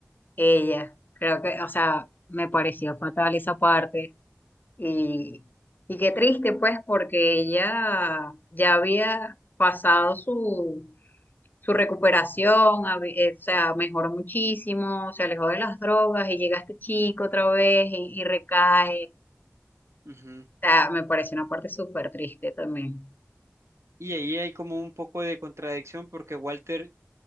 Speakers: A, on the left; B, on the right.
A: Ella, creo que, o sea, me pareció fatal esa parte. Y, y qué triste, pues, porque ella ya había pasado su, su recuperación, habi- eh, o sea, mejoró muchísimo, se alejó de las drogas y llega este chico otra vez y, y recae.
B: Ujú.
A: O sea, me pareció una parte súper triste también.
B: Y ahí hay como un poco de contradicción porque Walter